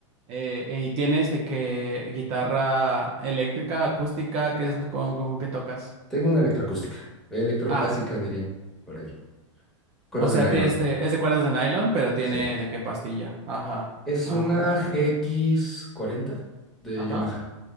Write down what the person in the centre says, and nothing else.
Tengo una electroacústica, electroclásica
dirían, por ahí. Cuerdas
de nylon,
sí.
Es
una GX40 de
Yamaha.